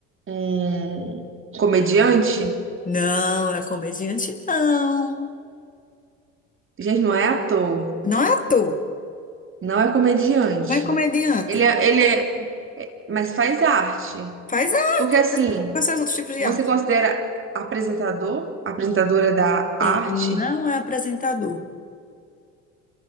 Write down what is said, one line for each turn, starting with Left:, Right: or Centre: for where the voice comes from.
Right: um comediante?
Left: Não é comediante, não.
Right: Gente, não é ator,
Left: Não é ator.
Right: não é comediante.
Left: Não é comediante.
Right: Ele é, ele é, mas faz arte.
Left: Faz a...
Right: Porque assim,
Left: Quais são os outros tipos de
Right: Você
Left: arte?
Right: considera apresentador? Apresentadora da
Left: Ele
Right: arte?
Left: não é apresentador.